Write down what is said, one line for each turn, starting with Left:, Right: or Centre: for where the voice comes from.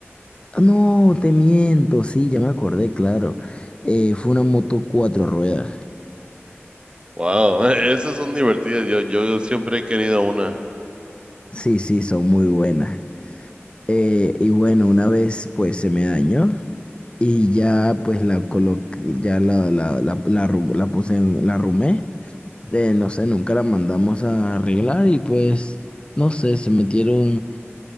Left: No, te miento, sí, ya me acordé, claro. Eh, fue una moto cuatro ruedas.
Right: Wow, <laughs> esas son divertidas, yo, yo siempre he querido una.
Left: Sí, sí, son muy buenas. Eh, y bueno, una vez pues se me dañó y ya pues la coloqué, ya la, la, la, la, arru- la puse en, la arrumé. Eh, no sé, nunca la mandamos a arreglar y pues no sé, se metieron